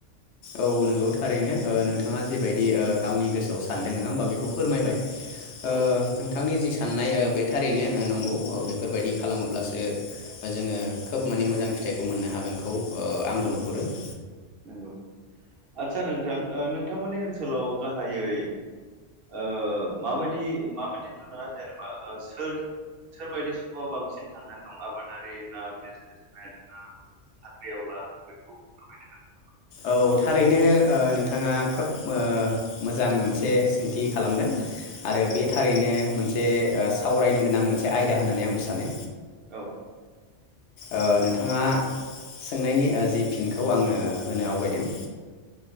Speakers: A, on the left; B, on the right.
A: औ नंगौ थारैनो ओ नोंथाङा जिबायदि ओ गावनि गोसोआव सानदों नङा होमबा बेखौ फोरमायबाय। ओ
B: औ
A: नोंथां बिथांनि जि साननाय ओ बे थारैनो नंगौ बेफोरबायदि खालामोब्लासो जोङो खोब माने मोजां फिथाइखौ मोननो हागोनखौ ओ
B: नों-
A: आंबो नुहुरो <inaudible>
B: नंगौ आदसा नोंथां नोंथांमोननि ओनसोलाव गाहायै ओ माबायदि माबायदिथ' नङा जेनेबा सोर सोरबायदि सुबुङा बांसिन थांनानै दं आबादारि ना बिजनेसमेन ना साख्रिआवला बेखौ फोरमायनो हागोन।
A: औ थारैनो ओ नों नोंथाङा खोब ओ मोजां मोनसे सोंथि खालामदों आरो बे थारैनो मोनसे ओ सावरायनो गोनां मोनसे आयदा होननानै आंबो सानो।
B: औ।
A: ओ नोंथाङा सोंनायनि जि फिनखौ आङो होनो आवगायदों